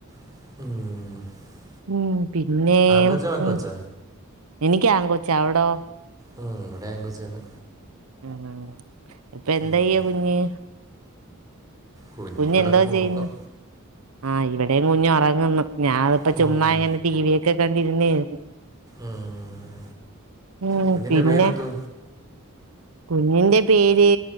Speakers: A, on the right; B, on the right.
A: ഉം
B: ഉം പിന്നെ
A: ആങ്കോച്ച പെങ്കോച്ച
B: ഉം എനിക്കാ കൊച്ചാ അവിടോ
A: ഉം ഇവിടെ കൊച്ച തന്നെ
B: ഉ ഇപ്പൊ എന്തയ്യ
A: ഉം.
B: കുഞ്ഞ്
A: കുഞ്ഞ
B: കുഞ്ഞ്
A: കിടക്കുന്ന
B: എന്തോ ചെയ്യുന്നു
A: ഉറക്കം
B: ആഹ് ഇവിടെയും കുഞ്ഞു ഉറങ്ങുന്നു ഞാാന ഇപ്പോ
A: ഉം.
B: ചുമ്മാ ഇങ്ങനെ ടി വിൊക്കെ കണ്ടിരുന്നേരുന്നു
A: ഉം.
B: ഉ
A: കുഞ്ഞിൻ്റെ
B: പിന്നെ
A: പേരെന്തോ
B: കുഞ്ഞിന്റെ പേര്